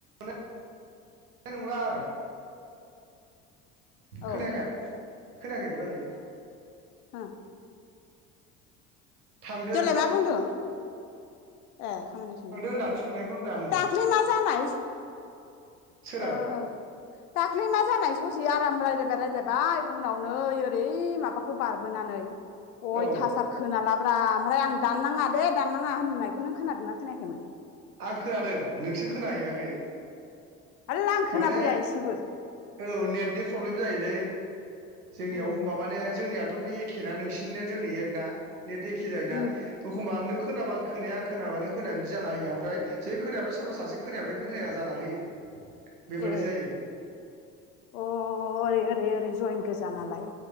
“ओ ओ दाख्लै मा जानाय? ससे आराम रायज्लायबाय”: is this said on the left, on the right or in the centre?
Left